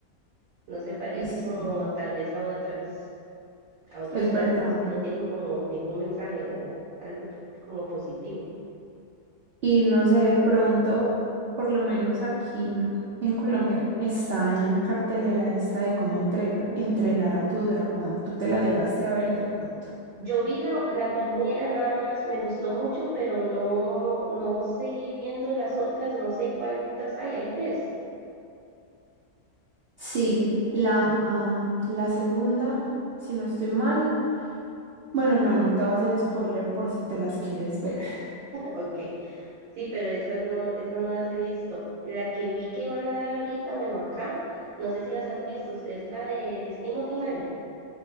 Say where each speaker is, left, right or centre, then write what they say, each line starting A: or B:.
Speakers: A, on the right; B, on the right.
A: no se parece
B: sí, sí,
A: como tal vez a otras, a otros
B: es
A: clásicos
B: verdad.
A: que no tienen como ningún mensaje o algo como positivo.
B: Y no sé, de pronto, por lo menos aquí en Colombia, está en cartelera esta de cómo entre- entrenar a tu dragón. Tú te la llegaste a ver de pronto.
A: Yo vi la, la primera nada más, me gustó mucho, pero no, no seguí viendo las otras, no sé cuántas hay, hay tres.
B: Sí,
A: Ok,
B: la, am, la segunda, si no estoy mal. Bueno, no, no te voy a hacer spoiler por si te las quieres ver. <laughs>
A: ok, sí, pero esas no, esas no las he visto. La que vi que van a dar ahorita, bueno, acá, no sé si las has visto, es la de Destino Final.